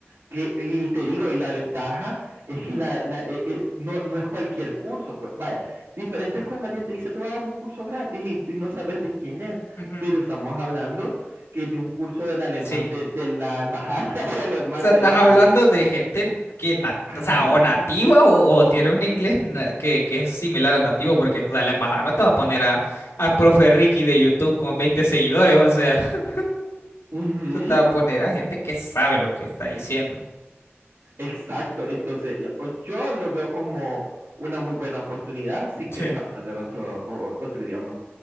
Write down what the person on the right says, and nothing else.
que, y te digo, y la ventaja es que la, la- eh, eh, no, no es cualquier curso, pues vaya, diferente es cuando alguien te dice, te voy a dar un curso gratis y, y no sabes de quién es,
pero estamos hablando que de un curso de la, Alema-
de, de la Embajada <laughs> de Alemania,
de la
Alem-
Ajá,
ujú,
exacto, entonces yo, yo lo veo como una muy buena oportunidad si quieres
aprender otro, o- otro idioma.